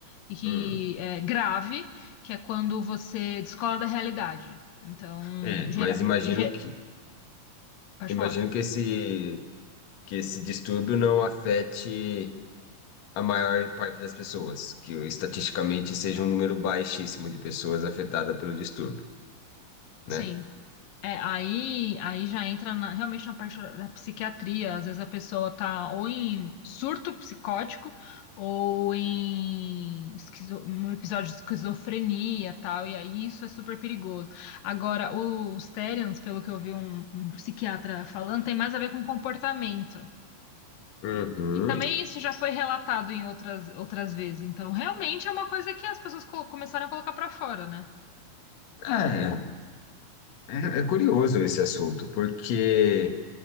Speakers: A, on the left (about 80°); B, on the left (about 60°).
A: e que
B: Hum.
A: é grave, que é quando você descola da realidade. Então,
B: É,
A: gera,
B: mas imagino
A: ge-
B: que,
A: pode
B: imagino
A: falar.
B: que esse, que esse distúrbio não afete a maior parte das pessoas, que estatisticamente seja um número baixíssimo de pessoas afetadas pelo distúrbio, né?
A: Sim. É, aí, aí já entra na- realmente na parte da psiquiatria. Às vezes a pessoa tá ou em surto psicótico ou em esquizo- um episódio de esquizofrenia tal, e aí isso é super perigoso. Agora, os Therians, pelo que eu vi um, um psiquiatra falando, tem mais a ver com comportamento.
B: Uhum.
A: E, e também Uhum. isso já foi relatado em outras, outras vezes. Então, realmente é uma coisa que as pessoas colo- começaram a colocar pra fora, né?
B: É, é, é curioso esse assunto, porque,